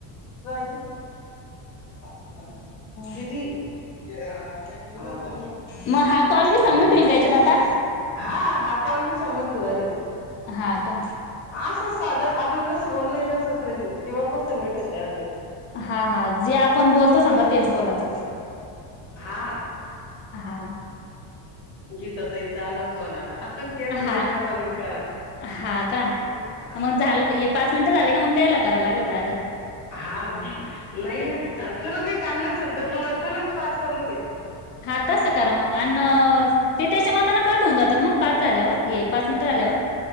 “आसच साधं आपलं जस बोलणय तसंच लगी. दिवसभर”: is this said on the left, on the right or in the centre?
Left